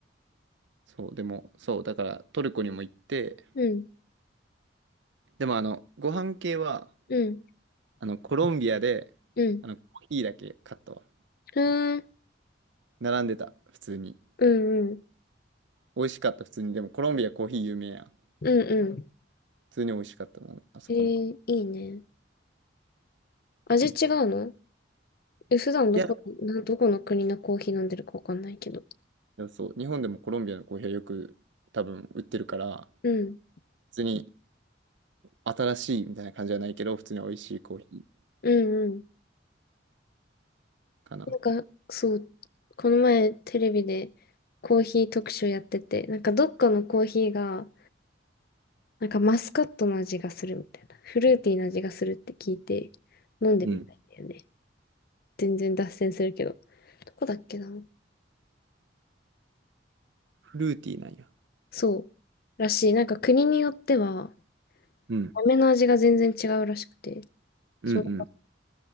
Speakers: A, on the right (about 75°); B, on the left (about 55°).
A: そう、でも、そう、だからトルコにも行って、
B: うん。
A: でもあの、ご飯系は、
B: うん。
A: あの、コロンビアで、
B: うん。
A: あの、コーヒーだけ買ったわ。
B: うーん。
A: 並んでた、普通に。
B: うんうん。
A: 美味しかった、普通に。でもコロンビアコーヒー有名やん。
B: うんうん。
A: 普通に美味しかったな、あそこの子。
B: えー、いいね。味違うのえ、普段どこ、
A: いや、
B: な、どこの国のコーヒー飲んでるかわかんないけど。
A: でもそう、日本でもコロンビアのコーヒーはよく多分売ってるから、
B: うん。
A: 普通に新しいみたいな感じじゃないけど、普通に美味しいコーヒ
B: うんうん。
A: ーかな。
B: なんか、そう、この前テレビでコーヒー特集やってて、なんかどっかのコーヒーが、なんかマスカットの味がするみたいな。フルーティーな味がするって聞いて飲んでみたいんだよね。
A: うん。
B: 全然脱線するけど。どこだっけな
A: フルーティーなんや。
B: そう。らしい。なんか国によっては、
A: うん、
B: 豆の味が全然違うらしくて。
A: うん、
B: そう。
A: うん。